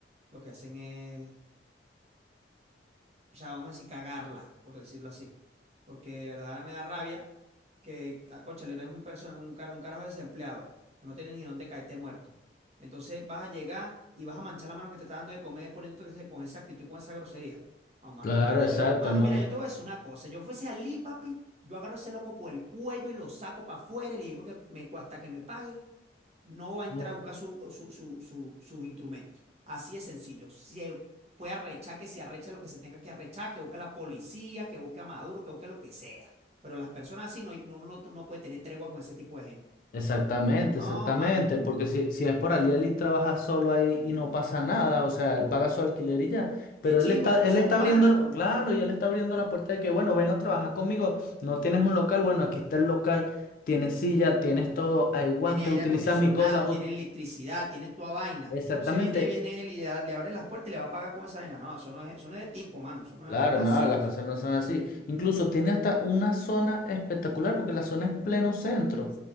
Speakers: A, on the right; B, on the left.
A: lo que hacen es o sea, vamos a decir, cagarla, por decirlo así. Porque de verdad me da rabia que, ah, cónchale, eres un, persona, un, cara, un carajo desempleado, que no tienes ni dónde caerte muerto. Entonces vas a llegar y vas a manchar la mano que te está dando de comer poniéndote que se- con esa actitud, con esa grosería. No, mano,
B: Claro,
A: de verdad,
B: exacto,
A: yo, mano,
B: no,
A: mira, yo te voy a decir una cosa. Yo fuese Ali, papi, yo agarro a ese loco por el cuello y lo saco para afuera y le digo que me, cu- hasta que me pague, no va a entrar
B: no.
A: a buscar su, su, su, su, sus instrumentos. Así es sencillo. Si puede arrechar, que se arreche lo que se tenga que arrechar, que busque a la policía, que busque a Maduro, que busque lo que sea. Pero las personas así no, no, no, no puede tener tregua con ese tipo de gente.
B: Exactamente,
A: No,
B: exactamente,
A: mano.
B: porque si, si es por Aliel y trabaja solo ahí y no pasa nada, o sea, él paga su alquiler y ya, pero
A: Y es chimbo
B: él está,
A: porque
B: él
A: son
B: está abriendo,
A: panas,
B: la-
A: weón.
B: claro, y él está abriendo la puerta de que, bueno, ven a trabajar conmigo, no tienes un local, bueno, aquí está el local, tienes silla, tienes todo, hay guantes,
A: Tiene aire
B: utilizas
A: acondicionado,
B: mi cosa, ut-
A: tiene electricidad, tiene toda vaina.
B: exactamente,
A: Entonces viene, viene él y le, le, abre las puertas y le va a pagar con esa vaina. No, eso no es, eso no es de tipo, mano. Eso no,
B: Claro,
A: es, eso no es
B: no,
A: así.
B: las cosas no son así. Incluso tiene hasta una zona espectacular porque la zona es pleno centro.